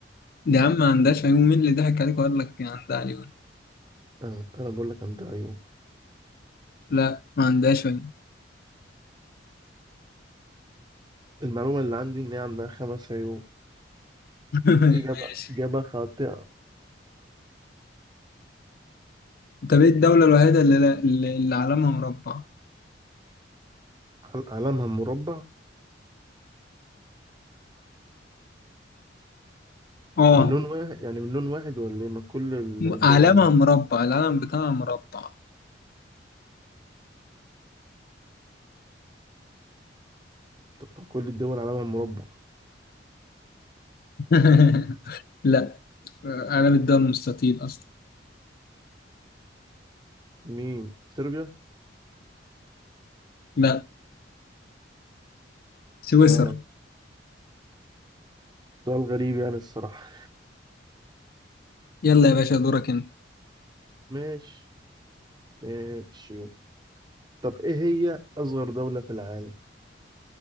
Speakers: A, on the left; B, on the right.
A: دي يا عم ما عندهاش عيون مين اللي ضحك عليك وقال لك عندها عيون
B: انا انا بقول لك عندها عيون
A: لا ما عندهاش عيون
B: المعلومه اللي عندي ان هي عندها خمس عيون
A: <laughs>
B: اجابه
A: ماشي
B: اجابه خاطئه
A: طب ايه الدولة الوحيدة اللي, لا- اللي, اللي علمها مربع
B: عل- علمها مربع
A: اه
B: من لون واحد يعني من لون واحد ولا ايه ما كل
A: م-
B: الدول
A: علمها مربع العلم بتاعها مربع
B: تبقى كل الدول علمها مربع
A: <laughs> لا علم الدول مستطيل اصلا
B: مين صربيا
A: لا سويسرا
B: لا لا سؤال غريب يعني الصراحه
A: يلا يا باشا دورك انت
B: ماشي ماشي طب ايه هي اصغر دوله في العالم